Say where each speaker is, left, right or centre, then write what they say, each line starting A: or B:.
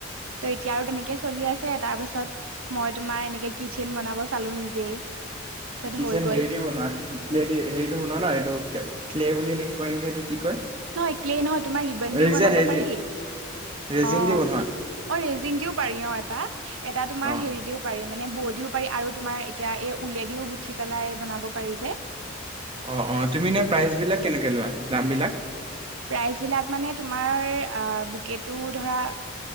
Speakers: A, on the right; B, on the right.
A: ত' এতিয়া আৰু তেনেকেই চলি আছে, তাৰপাছত- মই তোমাৰ এনেকে কিচেন বনাব চালো নিজেই। তাৰপিছত
B: কিচেন
A: হৈ গ'ল
B: হেৰি দি বনোৱা। কি আছিলে হেই হেৰিটো বনোৱা ন এইটো ক্লে বুলি এনেকে কয় নেকি সেইটো কি কয়?
A: নহয় ক্লেই নহয় তোমাৰ ৰিবন দিও
B: ৰিজেন
A: বনাব
B: ৰেজিন
A: পাৰি-
B: ৰেজিন
A: অঁ,
B: দি বনোৱা
A: অঁ ৰেজিন দিও পাৰি অঁ এটা, এটা তোমাৰ
B: অ
A: হেৰি দিও- পাৰি মানে ব দিও পাৰি আৰু তোমাৰ এতিয়া এ উলেদিও গুঠি পেলাই বনাব পাৰি যে।
B: অঁ অঁ তুমি এনেই প্ৰাইচ বিলাক কেনেকে লোৱা দাম বিলাক?
A: প্ৰাইচ বিলাক মানে তোমাৰ বুকেকো ধৰা-